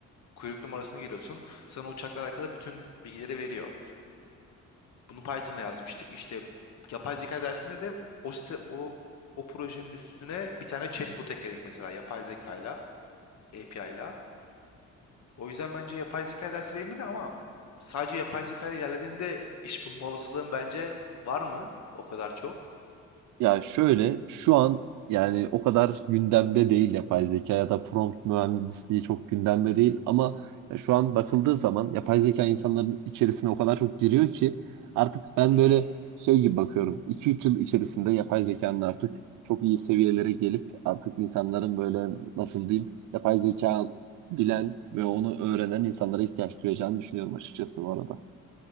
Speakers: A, on the left (about 65°); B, on the right (about 80°).
A: kuyruk numarasını giriyorsun. Sana uçakla alakalı bütün bilgileri veriyor. Bunu Python'la yazmıştık. İşte yapay zeka dersinde de o site, o o projenin üstüne bir tane chatbot ekledik mesela yapay zekayla, API'la. O yüzden bence yapay zeka dersi verimli ama sadece yapay zeka ile ilerlediğinde iş bulma olasılığın bence var mı? O kadar çok.
B: Ya şöyle şu an yani o kadar gündemde değil yapay zeka ya da prompt mühendisliği çok gündemde değil ama ya şu an bakıldığı zaman yapay zeka insanların içerisine o kadar çok giriyor ki artık ben
A: Hı
B: böyle
A: hı.
B: şey gibi bakıyorum. 2-3 yıl içerisinde yapay zekanın artık çok iyi seviyelere gelip artık insanların böyle nasıl diyeyim yapay zeka bilen ve onu öğrenen insanlara ihtiyaç duyacağını düşünüyorum açıkçası bu arada.